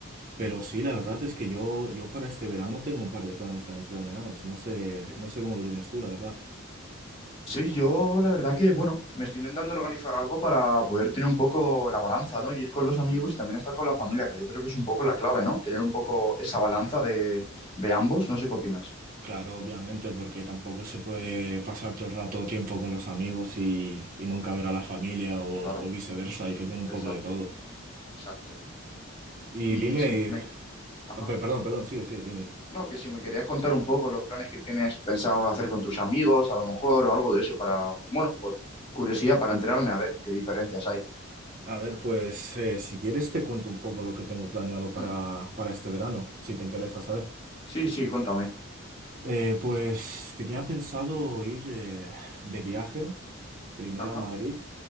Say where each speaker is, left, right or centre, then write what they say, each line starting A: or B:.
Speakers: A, on the right (about 40°); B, on the left (about 25°).
A: Pero sí, la verdad es que yo, yo para este verano tengo un par de planes también planeados. No sé,
B: sí.
A: no sé cómo lo tienes tú, la verdad.
B: Sí, yo la verdad que, bueno, me estoy intentando organizar algo para poder tener un poco la balanza, ¿no? Y ir con los amigos y también estar con la familia, que yo creo que es un poco la clave, ¿no? Tener un poco esa balanza de, de ambos, no sé qué opinas.
A: Claro, obviamente, porque tampoco se puede pasar todo el rato tiempo con los amigos y, y nunca ver a la familia o,
B: Claro,
A: o viceversa, hay que tener un poco
B: exacto.
A: de todo.
B: Exacto.
A: Y
B: Y
A: dime,
B: si me... Ajá.
A: Ah, pe- Perdón, perdón, sigue, sigue, dime.
B: No, que si me querías contar un poco los planes que tienes pensado hacer con tus amigos, a lo mejor, o algo de eso, para, bueno, pues curiosidad para enterarme a ver qué diferencias hay.
A: A ver, pues eh, si quieres te cuento un poco lo que tengo planeado para,
B: Hmm.
A: para este verano, si te interesa saber.
B: Sí, sí, cuéntame.
A: Eh, pues tenía pensado ir eh, de viaje, primero
B: Ajá,
A: a Madrid,